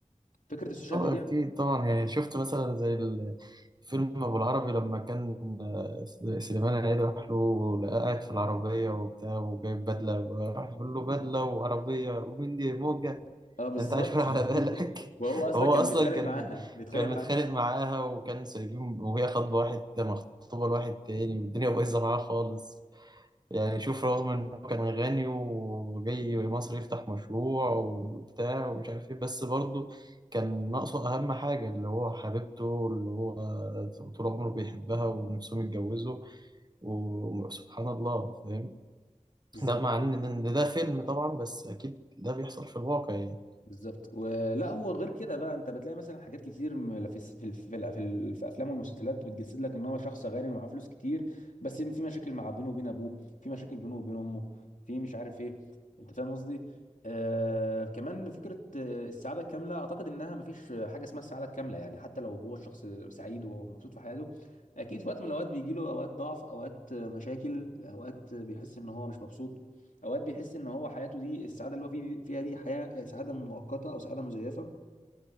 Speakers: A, on the left (about 90°); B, on the right (about 35°).
A: فكره السوشيال
B: اه
A: ميديا
B: اكيد طبعا يعني شفت مثلا زي ال- فيلم ابو العربي لما كان آه، سليمان عيد راح له لقاه قاعد في العربيه وبتاع وجايب بدله راح بيقول له بدله وعربيه ومين دي موجه
A: اه بالظبط
B: انت عايش ولا على بالك
A: <laughs> وهو
B: <laughs>
A: اصلا
B: هو
A: كان
B: اصلا
A: بيتخانق
B: كان
A: معاها بيتخانق
B: كان متخانق
A: معاها
B: معاها وكان سايبين وهي خاطبه واحد مخطوبه لواحد تاني والدنيا بايظه معاه خالص يعني شوف رغم انه كان غني وجاي مصر يفتح مشروع وبتاع ومش عارف ايه بس برضه كان ناقصه اهم حاجة اللي هو حبيبته اللي هو طول عمره بيحبها ونفسهم يتجوزوا وسبحان الله فاهم
A: بالظبط
B: ده مع ان إن ده, ده فيلم طبعا بس اكيد ده بيحصل في الواقع يعني
A: بالظبط ولا هو غير كده بقى انت بتلاقي مثلا حاجات كتير م- في الس- في الف- في الأف- في الف- في افلام والمسلسلات بتجسد لك ان هو شخص غني ومعاه فلوس كتير بس في مشاكل مع بينه وبين ابوه في مشاكل بينه وبين امه في مش عارف ايه انت فاهم قصدي آه كمان فكره آه، السعاده الكامله اعتقد انها مفيش حاجه اسمها السعاده الكامله يعني حتى لو هو الشخص سعيد ومبسوط في حياته اكيد في وقت من الاوقات بيجي له اوقات ضعف اوقات آه، مشاكل اوقات آه، بيحس ان هو مش مبسوط اوقات بيحس ان هو حياته دي السعاده اللي هو فيه فيها دي حياه سعاده مؤقته او سعاده مزيفه